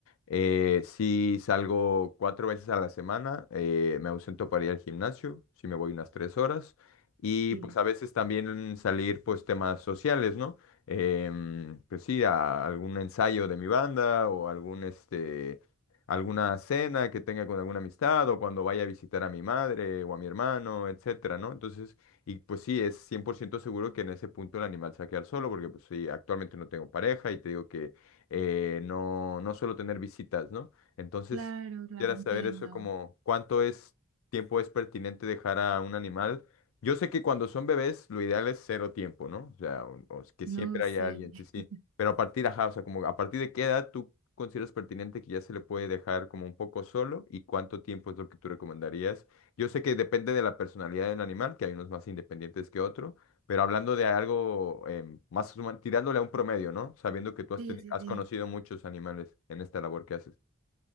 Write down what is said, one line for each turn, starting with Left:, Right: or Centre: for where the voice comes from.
Left: eh, si salgo cuatro veces a la semana, eh, me ausento para ir al gimnasio, si me voy unas tres horas, y
Right: sí.
Left: pues a veces también salir pues temas sociales, ¿no? Em, pues sí, a algún ensayo de mi banda o algún este... alguna cena que tenga con alguna amistad o cuando vaya a visitar a mi madre o a mi hermano, etcétera, ¿no? Entonces, y pues sí, es 100% seguro que en ese punto el animal se va a quedar solo, porque pues sí, actualmente no tengo pareja y te digo que eh, no, no suelo tener visitas, ¿no? Entonces,
Right: Claro, claro,
Left: quisiera
Right: entiendo.
Left: saber eso como cuánto es tiempo es pertinente dejar a un animal. Yo sé que cuando son bebés lo ideal es cero tiempo, ¿no? O sea, un- o que
Right: No,
Left: siempre
Right: sí.
Left: haya alguien, sí, sí.
Right: <laughs>
Left: Pero a partir, ajá, o sea, como a partir de qué edad tú consideras pertinente que ya se le puede dejar como un poco solo y cuánto tiempo es lo que tú recomendarías yo sé que depende de la personalidad del animal, que hay unos más independientes que otros, pero hablando de algo em, más huma- tirándole a un promedio, ¿no? Sabiendo que tú has,
Right: Sí,
Left: teni-
Right: sí,
Left: has
Right: sí.
Left: conocido muchos animales en esta labor que haces.